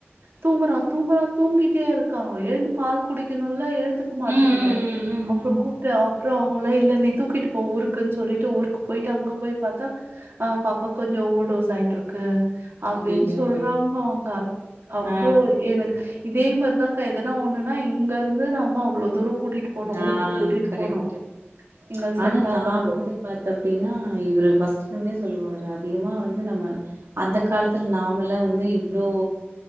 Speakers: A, on the right; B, on the right.
A: தூங்கறா தூங்கறா தூங்கிட்டே இருக்கா. எழுந்து பால் குடிக்கணும் ல எழுந்துக்க மாட்டேன்து
B: ம் ம் ம் ம்
A: அப்புறோ
B: ம்
A: கூப்டு ஆப் அப்புற அவங்களே இல்ல நீ தூக்கிட்டு போ ஊருக்குன் சொல்லிட்டு ஊருக்கு போய்ட்டு அங்க போய் பாத்தா ஆஹ் பாப்பா கொஞ்சோ ஓவர் டோஸ் ஆயிட்டிருக்கு. அப்டின்
B: ஐயையோ
A: சொல்றாங்க அவுங்க. அப்றோ
B: ஆ
A: எனக் இதே மாரிதாக்கா எதுனா ஒண்ணுன்னா இங்க இருந்து நாங்க அவ்ளோ தூரோ கூட்டிட்டு போனோ
B: ஆஹ்
A: ஊருக்கு கூட்டிட்டு
B: கரெக்டு
A: போனோ எங்களுக்கு
B: ஆனா
A: செட்
B: நா
A: ஆகாது
B: வந்து பாத்த அப்டீன்னா இவரு பஸ்ட்ல இருந்தே சொல்லுவாரு அதிகமா வந் வந்து நம்ம அந்தக் காலத்துல நாமெல்லா வந்து இவ்ளோ